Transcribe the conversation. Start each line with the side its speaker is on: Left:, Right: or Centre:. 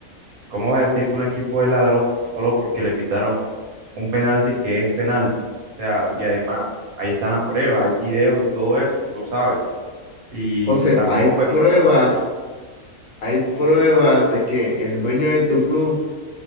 Right: ¿Cómo vas a decir que un equipo es ladrón solo porque le pitaron un penalti que es penalti? O sea,
Left: Y,
Right: y además, ahí están las pruebas, hay videos y todo eso, tú lo sabes. Y
Left: José,
Right: tampoco,
Left: hay pruebas,
Right: pues,
Left: hay pruebas de que el dueño de tu club